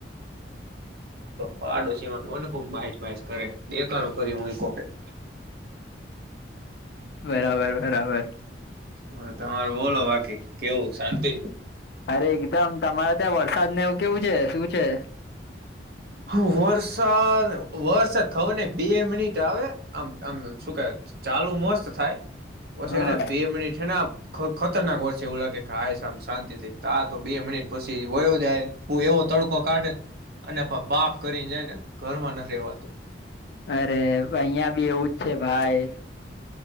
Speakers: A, on the right; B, on the left.
A: પાડો સીમા <inaudible>
B: બરાબર બરાબર
A: હ તમારે બોલો બાકી કેવું શાંતિ
B: અરે એકદમ તમારા ત્યાં વરસાદને એવું કેવું છે શું છે.
A: હ વરસાદ વરસાદ થવાની બે મિનિ આવે આમ આમ શું કેવાય ચાલુ મસ્ત થાય. પછી
B: હા
A: હેને બે મિનિટને ખતરનાક વરસે એવું લાગે કે હાય હવે આમ શાંતી થઈ તા તો બે મિનિટ પછી વયો જાય ઉ એવો તડકો કાઢેને અને પ બાપ કરીને જાય ને ઘરમાં નથ રેવાતું
B: અરે અહીંયા બી એવું જ છે ભાઈ